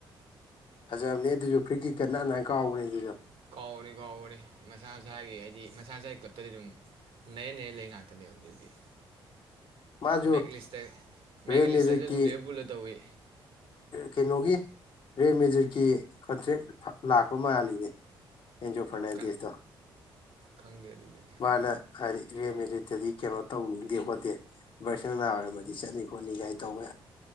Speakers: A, on the left; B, on the right.
A: ꯐꯖꯕꯅꯦ ꯑꯗꯨꯁꯨ ꯐ꯭ꯔꯤ ꯀꯤꯀꯠ ꯅꯥ ꯀꯧꯏꯕ ꯍꯩꯖ
B: ꯀꯥꯎꯕ ꯀꯥꯎꯕꯅꯤ ꯃꯁꯥ ꯃꯁꯥꯒꯤ ꯍꯥꯏꯗꯤ ꯃꯁꯥ ꯃꯁꯥꯒꯤ ꯀ꯭ꯂꯞꯇꯗꯤ ꯑꯗꯨꯝ ꯅꯌꯦ ꯅꯟ ꯂꯩ ꯉꯥꯛꯇꯅꯦ ꯍꯧꯖꯤꯛ ꯍꯧꯖꯤꯛ
A: ꯃꯥꯁꯨ
B: ꯃꯦꯛ ꯂꯤꯁꯇ ꯃꯦꯛ
A: ꯔꯦꯜꯃꯦꯖꯤꯛꯀꯤ
B: ꯂꯤꯁꯇꯁꯨ ꯑꯗꯨꯝ ꯂꯤꯚꯔꯄꯨꯜꯗ ꯇꯧꯋꯤ
A: ꯀꯩꯅꯣꯒꯤ ꯔꯦꯃꯦꯦꯗꯤꯠꯀꯤ ꯀꯟꯇ꯭ꯔꯦꯛ ꯂꯥꯛꯄ ꯃꯥꯜꯂꯤꯅꯦ ꯑꯦꯟꯖꯣ ꯐꯔꯅꯦꯟꯗꯤꯁꯇ
B: ꯀꯅꯥ ꯈꯪꯗꯦ ꯑꯗꯨꯗꯤ
A: ꯃꯥꯅ ꯍꯥꯏꯗꯤ ꯔꯦꯜꯃꯦꯖꯤꯛꯇꯗꯤ ꯀꯩꯅꯣ ꯇꯧꯅꯤꯡꯗꯦ ꯈꯣꯠꯇꯦ <unintelligible> ꯑꯃꯗꯤ ꯆꯠꯅꯤ ꯈꯣꯠꯅꯤ ꯀꯥꯏꯅ ꯇꯧꯕ